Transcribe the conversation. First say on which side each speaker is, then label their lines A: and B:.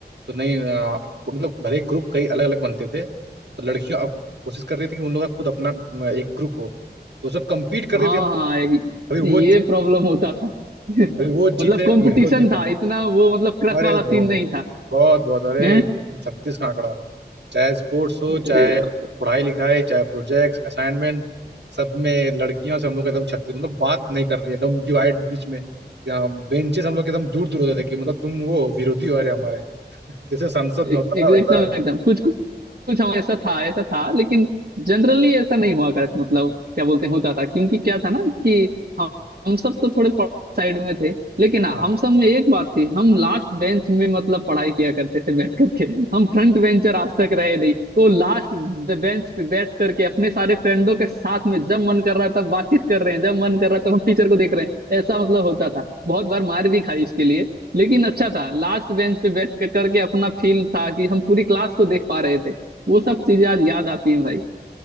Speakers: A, on the right; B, on the right.
A: तो नहीं आ, मतलब भले ही ग्रुप कई अलग अलग बनते थे तो लड़कियां अब कोशिश करती थी कि उन लोग का खुद अपना आ, एक ग्रुप हो तो उसमें कम्पीट करती
B: हाँ
A: थी
B: हाँ
A: कभी वो
B: ये प्रॉब्लम होता था <laughs>
A: कभी वो
B: मतलब
A: जीते
B: कंपटीशन
A: कभी हम लोग जीते
B: था इतना वो मतलब क्रश
A: अरे
B: वाला
A: बहुत
B: सीन नहीं था
A: बहुत बहुत, अरे
B: हैं
A: छत्तीस का आंकड़ा चाहे स्पोर्ट्स हो
B: अरे
A: चाहे
B: बाप
A: पढ़ाई लिखाई चाहे प्रोजेक्ट्स असाइनमेंट सब में लड़कियों से हम लोग एकदम छत्तीस मतलब बात नहीं कर रही है एकदम डिवाइड बीच में बेंचेस हम लोग एकदम दूर दूर होते थे कि मतलब तुम वो विरोधी हो रहे हमारे जैसे संसद
B: रे,
A: में
B: एक-
A: होता
B: एकदम
A: है वैसा
B: एकदम कुछ कुछ हम ऐसा था ऐसा था लेकिन जनरली ऐसा नहीं हुआ कर मतलब क्या बोलते हैं होता था क्योंकि क्या था ना कि हम हम सब तो थोड़े साइड में थे लेकिन हाँ
A: हाँ
B: हम सब में एक बात थी हम लास्ट बेंच में मतलब पढ़ाई किया करते थे बैठ करके हम फ्रंट बेंचर आज तक रहे नहीं तो लास्ट बेंच पे बैठ करके अपने सारे फ्रेंडों के साथ में जब मन कर रहा था बातचीत कर रहे हैं जब मन कर रहा था हम टीचर को देख रहे हैं ऐसा मतलब होता था बहुत बार मार भी खाई इसके लिए लेकिन अच्छा था लास्ट बेंच पे बैठ कर करके अपना फील था कि हम पूरी क्लास को देख पा रहे थे वो सब चीजें आज याद आती हैं भाई